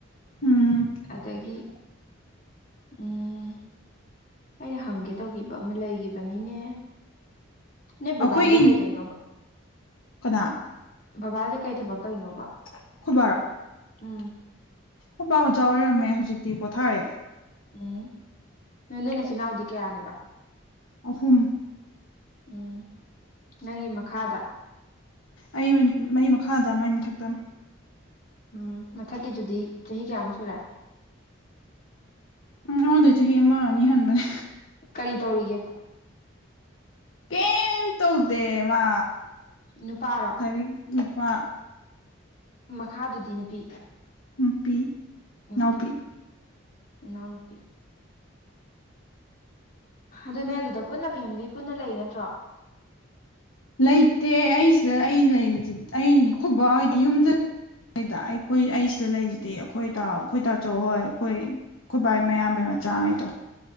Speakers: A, on the left (about 75°); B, on the left (about 40°).
A: ꯎꯝ
B: ꯑꯗꯨꯗꯒꯤ ꯎꯝ ꯑꯩꯅ ꯍꯪꯒꯦ ꯇꯧꯈꯤꯕ ꯑꯃ ꯂꯩꯈꯤꯕꯅꯤꯅꯦ ꯅ ꯕꯥ
A: ꯑꯩꯈꯣꯏꯒꯤ
B: ꯑꯖꯦ ꯀꯥꯏ ꯊꯅ
A: ꯀꯅꯥ
B: ꯕꯕꯥꯁꯦ ꯀꯩ ꯊꯕꯛ ꯇꯧꯅꯣꯕ
A: ꯑꯩꯈꯣꯏ
B: ꯎꯝ
A: ꯑꯄꯥ ꯑꯣꯖꯥ ꯑꯣꯏꯔꯝꯃꯦ ꯍꯧꯖꯤꯛꯇꯤ ꯄꯣꯊꯥꯔꯑꯦ
B: ꯎꯝ ꯅꯣꯏ ꯅꯣꯏꯅꯆꯤꯟ ꯏꯅꯥꯎꯗꯤ ꯀꯌꯥꯅꯦꯕ
A: ꯑꯍꯨꯝ
B: ꯎꯝ ꯅꯪꯒꯤ ꯃꯈꯥꯗ
A: ꯑꯩ ꯃ ꯃꯈꯥꯗ ꯃꯥꯏ ꯃꯊꯛꯇꯅ
B: ꯎꯝ ꯃꯊꯛꯀꯤꯗꯨꯗꯤ ꯆꯍꯤ ꯀꯌꯥꯃꯨꯛ ꯁꯨꯔꯦ
A: ꯑꯩꯉꯣꯟꯗ ꯆꯍꯤ ꯑꯃ ꯑꯅꯤ ꯍꯟꯕꯅꯦ
B: ꯀꯔꯤ ꯇꯧꯔꯤꯒꯦꯕ
A: ꯀꯦꯝ ꯇꯧꯗꯦ ꯃꯥ
B: ꯅꯨꯄꯥꯔꯣ
A: ꯉꯔꯤ ꯅꯨꯄꯥ
B: ꯃꯈꯥꯗꯨꯗꯤ ꯅꯨꯄꯤ
A: ꯅꯨꯄꯤ
B: ꯅꯨꯄꯤ
A: ꯏꯅꯥꯎꯄꯤ
B: ꯎꯝꯅꯥꯎ ꯅꯨꯄꯤ ꯑꯗꯨꯅꯦ ꯑꯗꯨꯗ ꯄꯨꯟꯅ ꯐꯦꯃꯤꯂꯤ ꯄꯨꯟꯅ ꯂꯩ ꯅꯠꯇ꯭ꯔꯣ
A: ꯂꯩꯇꯦ ꯑꯩꯁꯤꯗ ꯑꯩ ꯂꯩꯔꯤ ꯑꯩ ꯈꯨꯕ ꯍꯥꯏꯗꯤ ꯌꯨꯝꯗ ꯣꯏꯗ ꯑꯩꯈꯣꯏ ꯑꯩ ꯁꯤꯗ ꯂꯩꯔꯤꯁꯤꯗꯤ ꯑꯩꯈꯣꯏ ꯑꯩꯈꯣꯏ ꯇꯥꯆꯧ ꯍꯣꯏ ꯑꯩꯈꯣꯏ ꯈꯨꯈꯣꯏꯕꯥꯏ ꯃꯌꯥꯝꯕꯩ ꯃꯆꯥꯉꯩꯗꯣ